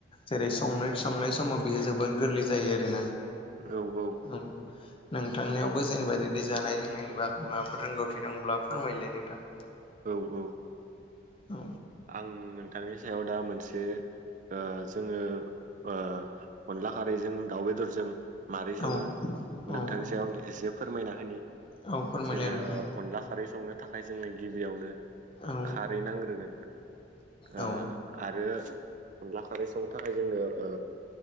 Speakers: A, on the left; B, on the right.
A: जेरै संनो संनाय समाव बेयो जोबोर गोरलै जायो आरोना।
B: औ औ
A: औ नोंथांनियावबो जेनेबा बिदि जानाय लोंनायनि बागै माबाफोर रोंगौथि दंब्ला फोरमायलाय नोंथां। <inaudible>
B: औ औ ओ
A: औ
B: आं नोंथांनि सायाव दा मोनसे ओ जोङो ओ अनला खारैजों दाउ बेदरजों मारै सङो
A: औ
B: नोंथांनि
A: औ
B: सायाव आं एसे फोरमायना होनि
A: औ फोरमायलाय
B: जोङो
A: नोंथां
B: अनला खारै संनो थाखाय जोंनो गिबियावनो
A: औ
B: खारै नांग्रोगोन ओ
A: औ
B: आरो अनला खारै संनो थाखाय जोंनो ओ